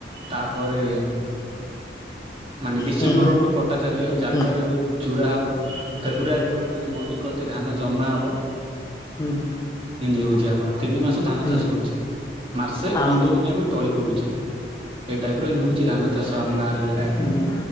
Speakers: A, on the right; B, on the left.
A: ତାପରେ ମାନେ ଡିସେମ୍ବର
B: ହୁଁ
A: ବେଳୁ କଟା ଚାଲିବ ଜାନୁଆରୀ
B: ହୁଁ
A: ବେଳୁ ଚୁରା ହବ ଫେବୃୟାରୀ ବେଳୁ ମାନେ ମଣ୍ଡି କର୍ ଧାନ ଜମା ହବ।
B: ହୁଁ ହୁଁ
A: ଇନ୍ତି ହୋଉଚି ଆମର ତିନି ମାସ ଧାନ
B: ହୁଁ
A: ଚାଷ ହୋଉଚି ମାସେ
B: ଆମ
A: ପନ୍ଦର ଦିନ ଆଗରୁ ତଳି ପଡୁଚି ଏଇ ଟାଇପର ଏନ ହୋଉଚି ଧାନ ଚାଷ ଆମ ଗାଁରେ। ଆଉ
B: ହୁଁ ହୁଁ